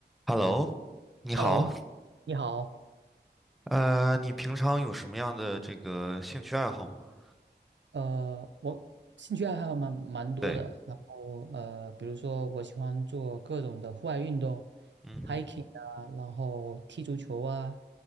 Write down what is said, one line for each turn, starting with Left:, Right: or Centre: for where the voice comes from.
Centre: Hello，你好，
Right: Hello，你好。
Centre: 呃，你平常有什么样的这个兴趣爱好吗？
Right: 呃，我兴趣爱好蛮蛮多的，
Centre: 对，
Right: 然后呃，比如说我喜欢做各种的户外运动
Centre: 嗯哼，
Right: ，hiking 啊，然后踢足球啊，